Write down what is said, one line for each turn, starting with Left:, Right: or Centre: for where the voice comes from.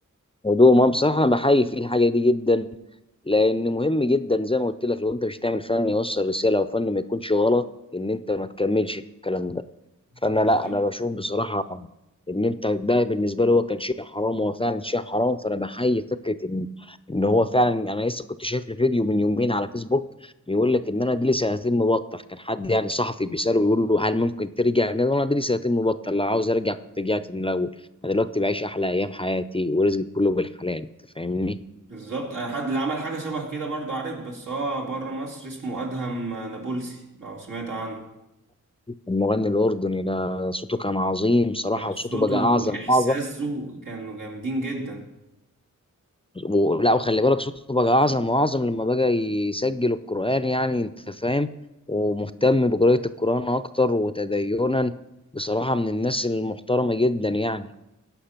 Left: ودوه ما بصراحه انا بحيي فيه الحاجه دي جدا لان مهم جدا زي ما قلت لك لو انت مش هتعمل فن يوصل رساله او فن ما يكونش غلط ان انت ما تكملش في الكلام ده فانا
Right: بالظبط
Left: لا انا بشوف بصراحه ان انت ده بالنسبه لي هو كان شيء حرام هو فعلا شيء حرام فانا بحيي فكره ان ان هو فعلا انا لسه كنت شايف له فيديو من يومين على فيسبوك بيقول لك ان انا دي لي سنتين مبطل كان حد يعني صحفي بيساله بيقول له هل ممكن ترجع قال له انا دي لي سنتين مبطل لو عاوز ارجع كنت رجعت من الاول انا دلوقتي بعيش احلى ايام حياتي ورزقي كله بالحلال انت فاهمني
Right: بالظبط آه، حد اللي عمل حاجه شبه كده برضه عارف بس هو بره مصر اسمه ادهم نابلسي لو سمعت عنه
Left: المغني الاردني ده صوته كان عظيم صراحه
Right: كان صوته
Left: وصوته بقى
Right: واحساسه
Left: اعظم اعظم
Right: كانوا جامدين جدا
Left: و- لا وخلي بالك صوته بقى اعظم واعظم لما بقى يسجل القرآن يعني انت فاهم ومهتم بقراءة القرآن اكتر وتدينا بصراحة من الناس المحترمة جدا يعني